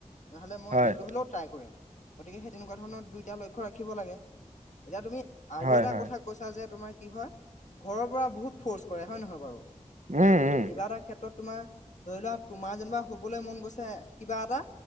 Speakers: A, on the left; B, on the right.
A: তেনেহ'লে মই
B: হয়
A: এইটো হ'লেও ট্ৰাই কৰিম গতিকে সেই তেনেকুৱা ধৰণৰ দুইটা লক্ষ্য ৰাখিব লাগে। এতিয়া তুমি আৰু
B: হয়
A: এটা
B: হয়
A: কথা কৈছা যে তোমাৰ কি হয় ঘৰৰ পৰা বহুত ফৰ্চ কৰে হয় নহয় বাৰু
B: উম উম
A: কিবা এটা ক্ষেত্ৰত তোমাৰ ধৰি লোৱা তোমাৰ যেনিবা হ'বলৈ মন গৈছে কিবা এটা